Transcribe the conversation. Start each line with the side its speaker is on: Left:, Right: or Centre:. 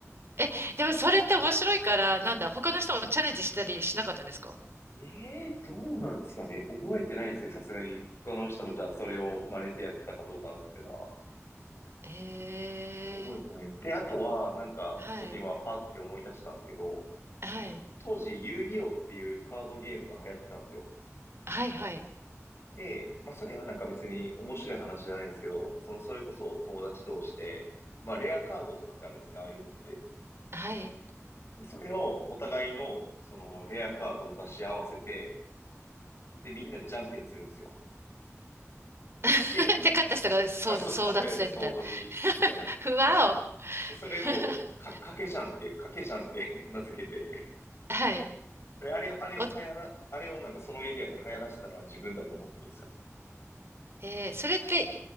Right: え、でもそれって面白いから、なんだ、他の人もチャレンジしたりしなかったんですか
Left: ええどうなんですかね。覚えてないですね、さすがに。他の人もじゃあそれを真似てやったかどうかなっていうのは。
Right: えー、
Left: 覚えてない。で、あとは、なんか、
Right: はい、
Left: ちょっと今パって思い出したんですけど、
Right: はい、
Left: 当時、遊戯王っていうカードゲームが流行ってたんですよ。
Right: はい、はい、
Left: で、まあ、それはなんか別に面白い話じゃないんですけど、その、それこそ友達同士で、まあ、レアカードとかってあるんですね、ああいうのって。
Right: はい。
Left: で、それをお互いの、その、レアカードを出し合わせて、で、みんなでじゃんけんするんですよ。
Right: <laughs>
Left: で、
Right: で、勝った人が争争奪戦みたいな。
Left: あ、そう、勝ったやつ総取り、
Right: <laughs>
Left: みたいな。
Right: ふわお。
Left: で、そ、で、それを、
Right: <laughs>
Left: か、かけじゃんって、かけじゃんって <laughs> 名付けて、
Right: はい。
Left: で、あれを、あれを流行ら、
Right: お、
Left: あれをなんかそのエリアで流行らしたのは自分だと思ってるんですよ。
Right: えー、それって、